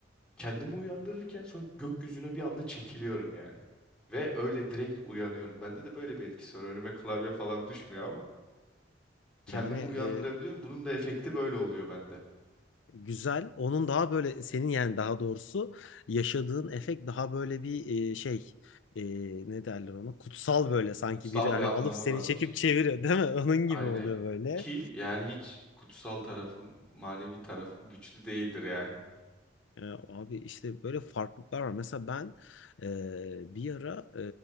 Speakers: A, in the centre; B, on the left.
A: kendimi uyandırırken sonra gökyüzüne bir anda çekiliyorum yani. Ve öyle direkt uyanıyorum. Bende de böyle bir etkisi var. Önüme klavye falan düşmüyor kendimi
B: Yani
A: uyandırabiliyorum.
B: e,
A: Bunun da efekti böyle oluyor bende.
B: güzel. Onun daha böyle senin yani daha doğrusu yaşadığın efekt daha böyle bir e, şey e, ne derler ona kutsal böyle sanki
A: Kutsal
B: biri hani
A: bir anlamı
B: alıp seni
A: varmış
B: çekip
A: gibi.
B: çeviriyor değil mi? <laughs> Onun gibi
A: Aynen.
B: oluyor böyle.
A: Ki yani hiç kutsal tarafım, manevi tarafım güçlü değildir yani.
B: Ya abi işte böyle farklılıklar var. Mesela ben e, bir ara